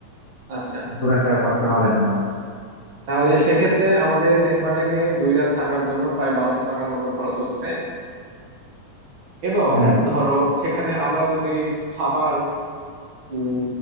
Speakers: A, on the right (about 45°); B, on the left (about 50°).
A: আচ্ছা
B: খুব একটা কষ্ট হবে না আমার মনে হয়।
A: তাহলে সেক্ষেত্রে আমাদের সেন্ট মার্টিনে দুই রাত থাকার জন্য প্রায় বারোশো টাকার মতো খরচ হচ্ছে এবং
B: হ্যাঁ
A: ধরো সেখানে আমরা যদি খাবার উম